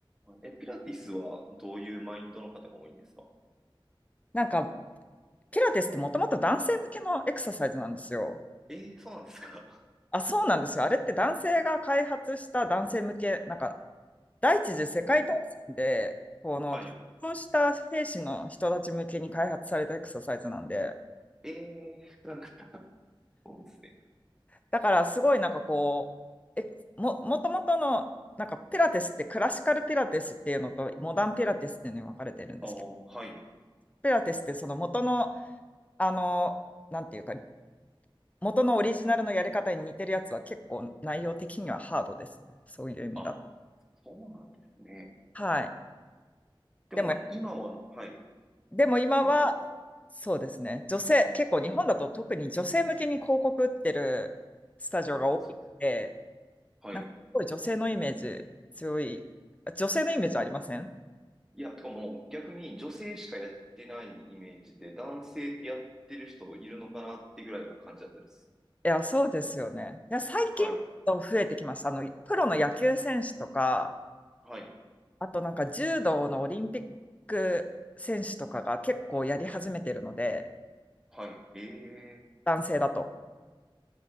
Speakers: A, in the centre; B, on the left.
A: え、ピラティスはどういうマインドの方が多いんですか
B: なんか、ピラティスってもともと男性向けのエクササイズなんですよ。
A: ええ、そうなんですか。
B: あ、そうなんですよ。あれって男性が開発した男性向け、なんか、第一次世界大戦で、
A: <laughs> ええ、
B: この、
A: はい。
B: 結婚した兵士の人たち向けに開発されたエクササイズなんで、
A: ええ、なんか、そうですね。
B: だからすごいなんかこう、え、も、もともとの、なんかピラティスってクラシカルピラティスっていうのとモダンピラティスっていうのに分かれてるんですけど、
A: ああ、はい。
B: ピラティスってその元の、あの、なんていうか、元のオリジナルのやり方に似てるやつは結構内容的にはハードですね。そういう意味だ。
A: あ、そうなんですね。
B: はい。
A: でも今は、
B: でも、
A: はい。
B: でも今は
A: 今は、
B: そうですね。女性、結構日本だと特に女性向けに広告売ってるスタジオが多いので、
A: ああ、そうですね。はい。
B: なんかすごい女性のイメージ強い。女性のイメージありません
A: いや、とかもう逆に女性しかやってないイメージで、男性ってやってる人いるのかなってぐらいな感じだったです。
B: いや、そうですよね。いや、最近増えてきました。
A: はい。
B: あの、プロの野球選手とか、
A: はい。
B: あとなんか柔道のオリンピック選手とかが結構やり始めてるので、
A: はい。ええ、
B: 男性だと。